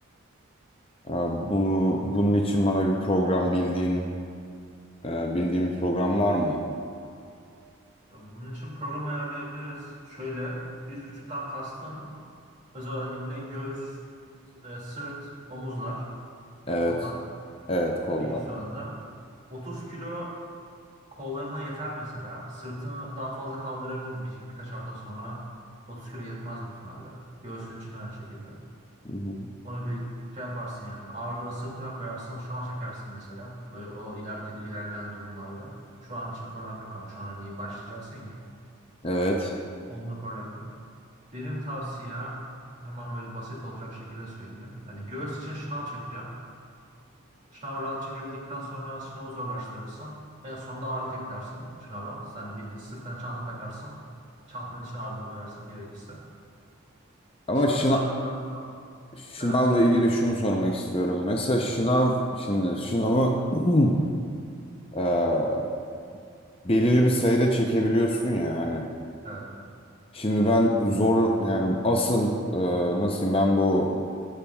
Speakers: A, on the left; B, on the right.
A: Ee, bu bunun için bana bir program bildiğin e, bildiğim bir program var mı?
B: Bunun için program ayarlayabiliriz. Şöyle üst vücuttan kastın özellikle göğüs, e, sırt, omuzlar,
A: Evet.
B: kollar.
A: Evet kol
B: Değil mi işin
A: var.
B: sonunda? 30 kilo kollarına yeter mesela. Sırtını daha fazla kaldırabilir bir, birkaç hafta sonra. 30 kilo yetmez büyük ihtimalle. Göğsün için de aynı şekilde.
A: Hı hı.
B: Onu bir şey yaparsın yani. Ağırlığı sırtına koyarsın. Şu an çekersin mesela. Böyle O ileriki ilerleyen durumlarda. Şu an için problem yok ama şu an hani başlayacaksın ya.
A: Evet.
B: Onda problem yok. Benim tavsiyem hemen böyle basit olacak şekilde söyleyeyim. Yani göğüs için şınav çekeceğim. Şınavı rahat çekebildikten sonra şınavı zorlaştırırsın. En sonunda ağırlık eklersin şınava. Yani bildiğin sırtına çanta takarsın. Çantanın içine ağırlık koyarsın gerekirse.
A: Ama
B: Şın-
A: şınav
B: Şınavı zorlaştır.
A: şınavla
B: Evet söyle.
A: ilgili şunu sormak istiyorum. Mesela şınav şimdi şınavı <clears throat> e, belirli bir sayıda çekebiliyorsun ya hani.
B: Evet.
A: Şimdi ben zor yani asıl e, nasıl diyeyim ben bu